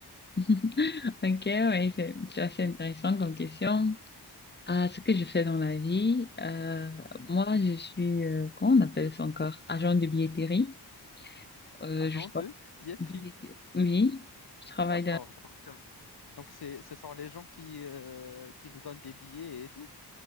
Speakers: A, on the left (about 25°); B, on the left (about 70°).
A: <laughs> Ok, oui, c'est c'est assez intéressant comme question. Ah, ce que je fais dans la vie, euh, moi, je suis, euh, comment on appelle ça encore? Agent de billetterie. Euh,
B: Agent
A: je tra-
B: de billetterie.
A: billetterie. Oui, je travaille
B: D'accord.
A: dans,
B: Donc, euh, donc c'est, ce sont les gens qui, euh, qui nous donnent des billets et tout.